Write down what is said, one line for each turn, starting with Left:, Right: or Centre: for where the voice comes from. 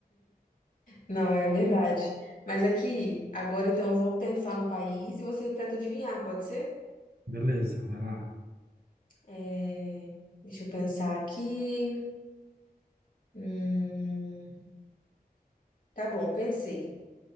Left: não, é verdade. Mas aqui, agora então eu vou pensar no país e você tenta adivinhar, pode ser?
Right: Beleza, vai lá.
Left: É, deixa eu pensar aqui. Hum, tá bom, pensei,